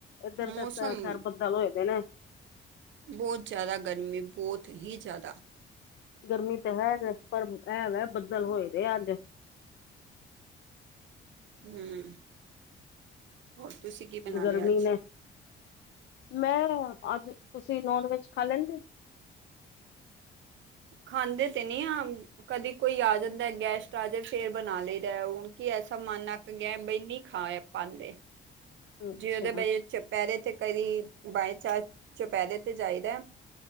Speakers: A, on the left; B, on the right.
A: ਇੱਧਰ
B: ਮੌਸਮ
A: ਤੇ ਖੈਰ ਬੱਦਲ ਹੋਏ ਦੇ ਨੇ।
B: ਬਹੁਤ ਜਾਦਾ ਗਰਮੀ ਬਹੁਤ ਹੀ ਜ਼ਿਆਦਾ।
A: ਗਰਮੀ ਤਾਂ ਹੈਗਾ ਪਰ ਐਹ ਵ ਬੱਦਲ ਹੋਏ ਦੇ ਅੱਜ।
B: ਹਮ। ਹੋਰ ਤੁਸੀਂ ਕੀ ਬਣਾ
A: ਗਰਮੀ
B: ਲਿਆ ਅੱਜ
A: ਨੇ, ਮੈਂ ਅੱਜ ਤੁਸੀਂ ਨੋਨ ਵੈਜ ਖਾ ਲੈਂਦੇ।
B: ਖਾਂਦੇ ਤੇ ਨੀ ਆਂ ਕਦੀ ਕੋਈ ਆ ਜਾਂਦਾ ਗੈਸਟ ਆ ਜਾਵੇ ਫਿਰ ਬਣਾ ਲਈਦਾ ਹੁਣ ਕੀ ਐਸਾ ਮਨ ਅਕ ਗਿਆ ਬੈਨੀ ਖਾਆ ਪਾਂਦੇ
A: ਅੱਛਾ
B: ਜੀ ਉਹਦੇ ਬ ਚ ਚੁਪਹਿਰੇ ਤੇ ਕਦੀ, ਬਾਏਚਾਰ ਚੁਪਹਿਰੇ ਤੇ ਜਾਈਦਾ